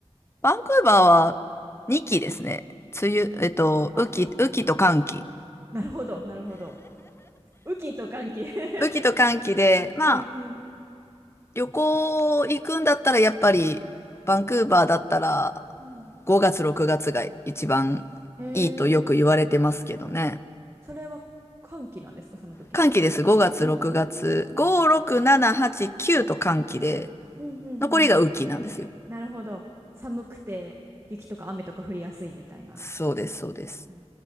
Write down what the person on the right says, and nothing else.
あ、
なるほど、なるほど。雨季と乾季 <laughs>
うんうん。
うん
うん
へえ。それは寒気なんですかその時は。
うー
ん。
うんうんうんうん。
なるほど。寒くて雪とか雨とか降りやすいみたいな。
なる